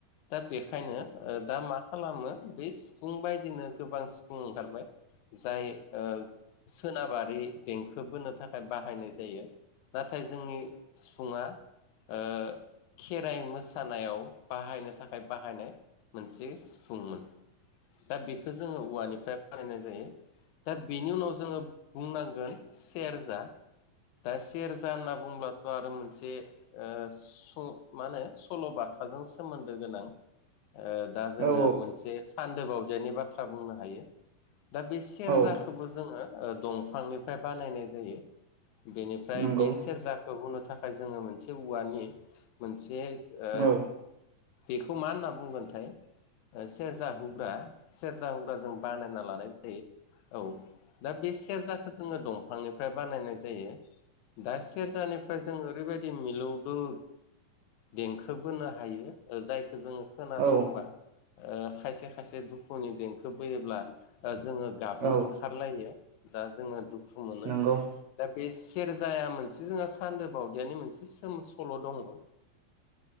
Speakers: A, on the left; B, on the right.
A: दा बेखायनो ओ दा मा खालामो बै सिफुं बायदिनो गोबां सि फुं ओंखारबाय। जाय ओ सोनाबारि देंखो बोनो थाखाय बाहायनाय जायो। नाथाय जोंनि सिफुंङा ओ खेराइ मोसानायाव बाहायनो थाखाय बाहायनाय मोनसे सिफुंमोन दा बेखो जोंङो औवानि फ्राय बानायनाय जायो दा बेनि उनाव जोंङो बुंनांगोन सेरजा दा सेरजा होनना बुंब्लाथ' आरो मोनसे ओ स' मा होनो सल'बा थाजों सोमोन्दो गोनां। ओ दा जोंङो
B: औ
A: मोनसे सान्दो बावदियानि बाथ्रा बुंनो हायो। दा बे सेरजाखोबो
B: औ
A: जोंङो ओ दंफांनिफ्राय बानायनाय जायो। बेनिफ्राय
B: नंगौ
A: बे सेरजाखो हुनो थाखाय जोंङो मोनसे औवानि मोनसे ओ
B: औ
A: बेखौ मा होनना बुंगोनथाय ओ सेरजा हुग्रा सेरजा हुुग्रा जों बानायना लानाय जायो औ दा बे सेरजाखो जोंङो दंफांनिफ्राय बानायनाय जायो। दा सेरजानिफ्राय जों ओरैबायदि मिलौदो देंखो बोनो हायो जायखौ जोङो खोनासंबा
B: औ औ
A: ओ खायसे खायसे दुखुनि देंखो फैयोब्ला जोङो गाबनो
B: औ
A: ओंखारलायो दा जोङो दुखु मोनो
B: नंगौ
A: दा बे सेरजाया मोनसे जोंहा सान्दो बावदियानि मोनसे सोम सल दङ
B: <inaudible>